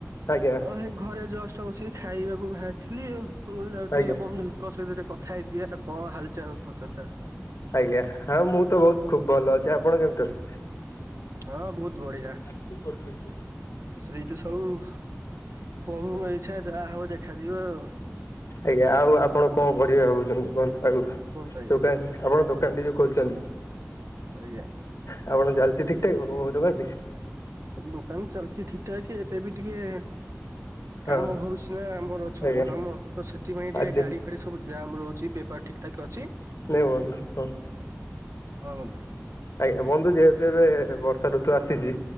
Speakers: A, on the left; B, on the right.
A: ଆଜ୍ଞା
B: ଓ ହେଇ ଘରେ ଜଷ୍ଟ ବସିକି ଖାଇବାକୁ ବାହାରିଥିଲି ଆଉ, ମୁଁ ଯାଉଛି
A: ଆଜ୍ଞା
B: ଟିକେ ବନ୍ଧୁ ଙ୍କ ସହିତ ଟିକେ କଥା ହେଇଯିବା, କଣ ହାଲଚାଲ ପଚାରଦବା
A: ଆଜ୍ଞା ହଁ ମୁଁ ତ ବହୁତ ଖୁବ ଭଲ ଅଛି ଆପଣ କେମିତି ଅଛ
B: ହଁ ବହୁତ ବଢିଆ।
A: କାର୍ଯ୍ୟ କରଛନ୍ତି।
B: ସେଇତ ସବୁ ପ୍ରଭୁଙ୍କ ଇଛା ଯାହା ହବ ଦେଖାଯିବ ଆଉ।
A: ଆଜ୍ଞା ଆଉ ଆପଣ କଣ କରିବେ ଭାବୁଛନ୍ତି କୁହନ୍ତୁ ଆଗକୁ?
B: କୁହନ୍ତୁ ଆଜ୍ଞା।
A: ଦୋକାନ ଆପଣ ଦୋକାନଟି ଖୋଲିଛନ୍ତି।
B: ଆଜ୍ଞା।
A: ଆଉ କଣ ଚାଲିଛି ଠିକ୍ ଠାକ୍ <unintelligible> ଦୋକାନଟି।
B: ଦୋକାନ ଚାଲିଛି ଠିକ ଠାକ ଏବେ ବି ଟିକେ
A: ହଁ
B: କାମ ହଉଛି ନା ଆମର ଛକ
A: ଆଜ୍ଞା
B: କାମ, ତ ସେଥିପାଇଁ ଟିକେ
A: ଆଜି
B: ଗାଡି ଫାଡି ସବୁ ଯାମ୍ ରହୁ ଛି, ବେପାର ଠିକ୍ ଠାକ ଅଛି।
A: ନେ ବନ୍ଧୁ କହ।
B: ହଁ ବନ୍ଧୁ
A: ଆଜ୍ଞା ବନ୍ଧୁ ଯେହେତୁ ଏବେ ବର୍ଷା ଋତୁ ଆସିଛି